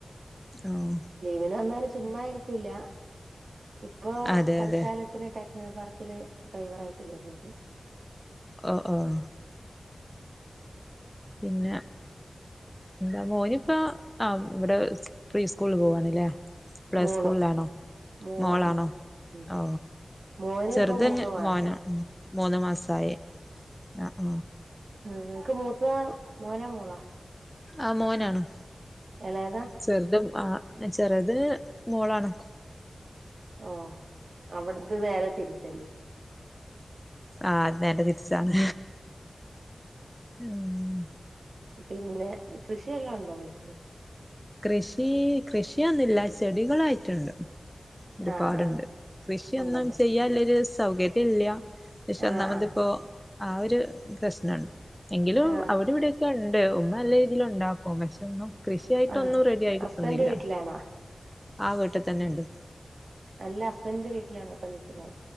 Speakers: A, in the centre; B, on the right (about 70°).
A: ആഹ്
B: ലീവിന് വന്നാല് ചുമ്മായിരിക്കൂല ഇപ്പൊ
A: അതെ
B: തൽക്കാലത്
A: അതെ
B: ത്തിന് ടെക്നോ പാർക്കില് ഡ്രൈവറായിട്ട് കേറീക്ക്ണ്
A: ഓ ഓഹ് പിന്നെ എന്താ മോനിപ്പ ആ ഇവിടെ പ്രീ സ്കൂളിൽ പോവണല്ലേ പ്ലേ
B: മോള്
A: സ്കൂളിലാണോ
B: മോള്
A: മോളാണോ
B: ഉം ഉം
A: ഓ
B: മോന്
A: ചെറുതങ്ങ്
B: ഇപ്പൊ മൂന്ന് മാസം
A: മോന മ് മൂന്ന്
B: ഉം
A: മാസായി ആഹ് ആഹ്
B: ഉം നിനക്ക് മൂത്ത മോനാ മോളാ
A: ആഹ് മോനാണ്
B: എളേതാ
A: ചെറുത് ആ ചെറുതിനു മോളാണ്
B: ഓ അവിടുത് വേറെ തിരിച്ചല്ലി
A: ആഹ അത് നേരെ തിരിച്ചാണ് ഉം
B: പിന്നെ കൃഷിയെല്ലാം ഉണ്ടോ വീട്ടില്
A: കൃഷി കൃഷിയൊന്നുമില്ല ചെടികളായിട്ടുണ്ട് ഒരുപാടുണ്ട്
B: ആ ആ
A: കൃഷിയൊന്നും
B: ഉണ്ടല്ലേ
A: ചെയ്യാല്ലൊരു സൗകര്യ ഇല്ല പക്ഷെന്നാമതിപ്പോ
B: ആ ആ
A: ആ ഒരു പ്രശ്നമുണ്ട് എങ്കിലും
B: ആ
A: അവിര് ഇവിടെ ക്കെ ഉണ്ട് ഉമ്മ നല്ല രീതിയിൽ ഉണ്ടാക്കും പക്ഷെ ഒന്നും കൃഷിയായിട്ടൊന്നും
B: ആ
A: റെഡി ആയി
B: ഹസ്ബൻഡ്
A: കിട്ടുന്നില്ല
B: വീട്ടിലാണോ
A: ആ വീട്ടിൽ തന്നെ ഉണ്ട്
B: അല്ല ഹസ്ബൻഡിന്റെ വീട്ടിലാണ് ഇപ്പൊ നിക്കുന്നത്